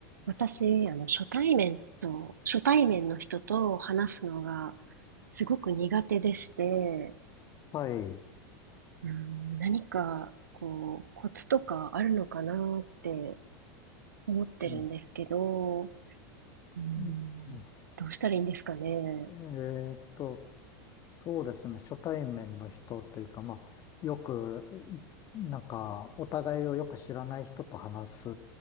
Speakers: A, on the right; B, on the left.
A: 私、あの、初対面と、初対面の人と話すのがすごく苦手でして、
B: はい。
A: うん、何か、こう、コツとかあるのかなって思ってるんですけど、
B: うん。
A: うん、
B: うんうん
A: どうしたらいいんですかね。
B: えーっと、そうですね。初対面の人というか、まあ、よく、なんか、お互いをよく知らない人と話す